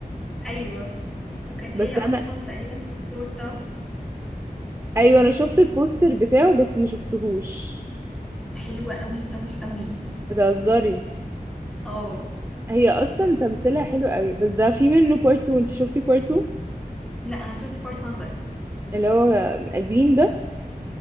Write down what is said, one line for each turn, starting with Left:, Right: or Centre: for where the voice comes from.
Centre: ايوه وكانت
Right: بس
Centre: هي اصلا
Right: انا
Centre: تقريبا في الشرطه
Right: ايوه انا شفت البوستر بتاعه بس ما شفتهوش
Centre: حلوه قوي قوي قوي
Right: بتهزري
Centre: اه
Right: هي اصلا تمثيلها حلو قوي بس ده في منه بارت 2 انت شفتي بارت 2
Centre: لا انا شفت بارت 1 بس
Right: اللي هو قديم ده